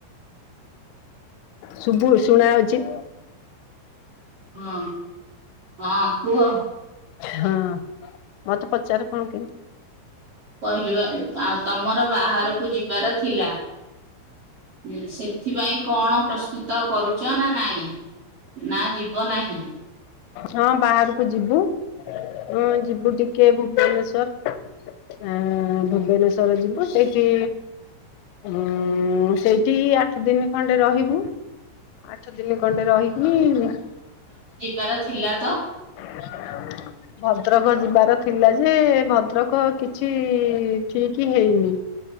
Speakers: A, on the left (about 85°); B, on the right (about 50°).
A: ଶୁବୁ ଶୁଣା ଆଉଚି।
B: ହଁ ହଁ କୁହ।
A: ହଁ। ମତେ ପଚାର କଣ କେମତି।
B: କହିଲି ପା ଆଉ ତମର ବାହାଘରକୁ ଯିବାର ଥିଲା। ହୁଁ, ସେଥିପାଇଁ କଣ ପ୍ରସ୍ତୁତ କରୁଛ ନା ନାଇଁ। ନା ଯିବ ନାହିଁ।
A: ହଁ ବାହାରକୁ ଯିବୁ ହଁ ଯିବୁ ଟିକେ ଭୁବନେଶ୍ଵର। ହଁ ଭୁବନେଶ୍ଵର ଯିବୁ ସେଇଠି ଉଁ ସେଇଠି ଆଠ ଦିନ ଖଣ୍ଡେ ରହିବୁ। ଆଠ ଦିନ ଖଣ୍ଡେ ରହିକି
B: ତାର ଥିଲା ତ।
A: <unintelligible> ଭଦ୍ରକ ଯିବାର ଥିଲା ଯେ ଭଦ୍ରକ କିଛି ଠିକ ହେଇନି।